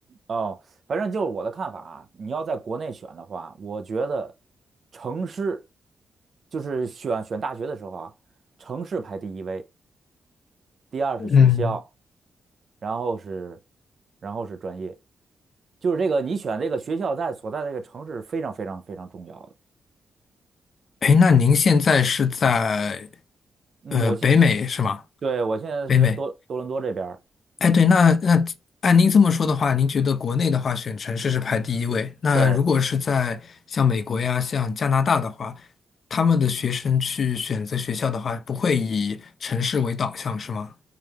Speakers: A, on the right; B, on the left.
A: 哦，反正就是我的看法啊，你要在国内选的话，我觉得城市就是选选大学的时候啊，城市排第一位，第二是学校，
B: 嗯。
A: 然后是然后是专业，就是这个你选这个学校在所在的这个城市非常非常非常重要的。
B: 哎，那您现在是在
A: 嗯，
B: 呃北美是吗？
A: 我现对我现在是在多多伦多这边儿
B: 北美。哎，对，那那按您这么说的话，您觉得国内的话选城市是排第一位？那如果是在像美国呀、
A: 对，
B: 像加拿大的话，他们的学生去选择学校的话，不会以城市为导向是吗？